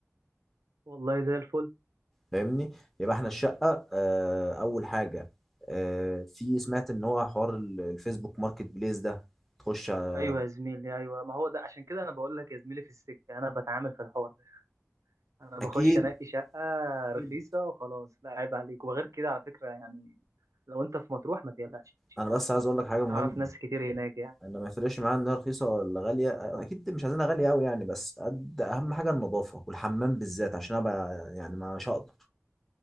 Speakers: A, on the right (about 85°); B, in the centre.
A: والله زي الفل
B: فاهمني يبقى احنا الشقة آه أول حاجة آه في سمعت إن هو حوار ال- الفيسبوك ماركت بليس ده تخش على-
A: ايوه يا زميلي ايوه ما هو ده عشان كده انا بقول لك يا زميلي في السكه انا بتعامل في الحوار ده انا بخش
B: أكيد
A: انقي شقه رخيصه
B: أكيد.
A: وخلاص لا عيب عليك وغير كده على فكره يعني لو انت في مطروح ما تقلقش يعني
B: أنا بس عايز أقول لك حاجة
A: اعرف
B: مهمة
A: ناس كتير هناك يعني
B: انا ما يفرقش معايا انها رخيصه ولا غاليه اكيد مش عايزينها غاليه قوي يعني بس قد اهم حاجه النظافه والحمام بالذات عشان ابقى يعني ما مش هقدر